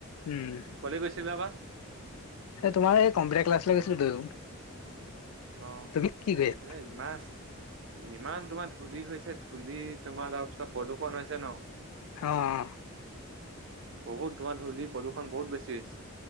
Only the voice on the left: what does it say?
উম,
এ তোমাৰ এই কম্পটাৰ ক্লাছলৈ গৈছিলো দুয়ো,
তুমি কি কৰি আছা?
অ'অ'